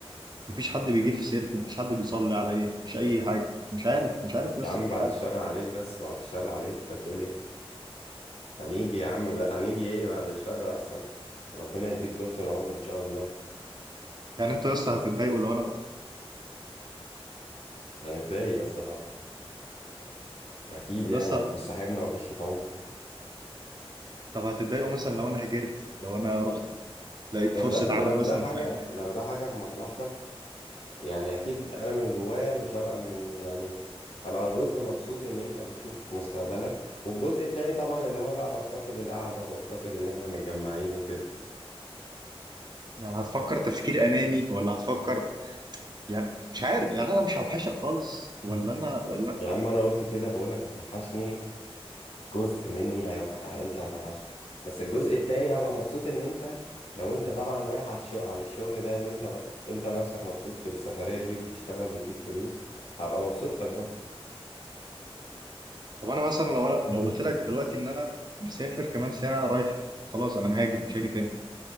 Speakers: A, on the right; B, on the left.
A: مفيش حد بيجي في سيرتي مفيش حد بيصلي عليا مفيش اي حاجه مش عارف مش عارف لسه
B: يا عم
A: مش
B: بعد
A: عارف
B: الشر عليك بس بعد الشر عليك انت بتقول ايه هنيجي يا عم لا هنيجي ايه بعد الشر اصلا ربنا يديك طولة العمر ان شاء الله
A: يعني انتوا لسه هتتضايقوا لو انا مت
B: هنتضايق يا اسطى طبعا اكيد
A: طب
B: يعني
A: لسه
B: انت مش صاحبنا وعشرة عمر
A: طب هتتضايقوا مثلا لو انا هاجرت لو انا رحت لقيت
B: لو
A: فرصه
B: ده في لو
A: عمل مثلا
B: ده حاجة
A: في المانيا
B: لو ده حاجة في مصلحتك يعني أكيد أنا من جوايا مش هبقى من يعني هبقى جزء مبسوط إن أنت بتشوف مستقبلك والجزء التاني طبعا اللي هو بقى بفتقد القعدة وبفتقد إن إحنا متجمعين وكده
A: يعني هتفكر تفكير اناني ولا هتفكر يعني مش عارف يعني انا مش هوحشك خالص ولا انا ولا
B: يا عم أنا قلت كده بقولك هتوحشني في جزء مني هيوح... أنت هتوحشني بس الجزء التاني هبقى مبسوط إن أنت لو أنت طبعا رايح على الشغل على الشغل ده إن أنت أنت نفسك مبسوط في السفرية دي وبتشتغل وبتجيب فلوس هبقى مبسوط لك برضه
A: طب انا مثلا لو أنا لو قلت لك دلوقتي ان انا مسافر كمان ساعه رايح خلاص انا مهاجر مش هاجي تاني